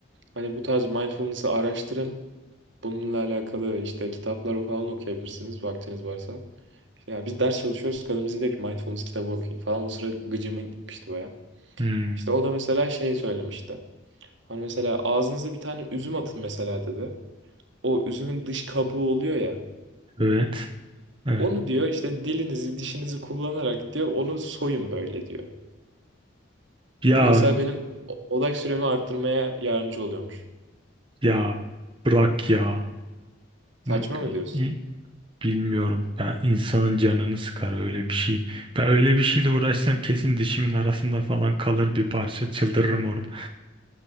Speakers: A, on the right; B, on the right.
A: Hani bu tarz mindfulness'ı araştırın. Bununla alakalı işte kitaplar falan okuyabilirsiniz vaktiniz varsa. İşte ya biz ders çalışıyoruz kadın bize diyor ki mindfulness kitabı okuyun falan. O sıra gıcıma gitmişti baya.
B: Hmm,
A: İşte o da mesela şey söylemişti. Hani mesela ağzınıza bir tane üzüm atın mesela dedi. O üzümün dış kabuğu oluyor ya.
B: evet. Evet.
A: Onu diyor işte dilinizi dişinizi kullanarak diyor onu soyun böyle diyor.
B: Ya
A: Bu mesela benim o- odak süremi arttırmaya yardımcı oluyormuş.
B: ya bırak ya.
A: Saçma
B: Ne-
A: mı diyorsun?
B: bi- Bilmiyorum. Ya insanın canını sıkar öyle bir şey. Ben öyle bir şeyle uğraşsam kesin dişimin arasında falan kalır bir parça. Çıldırırım orada.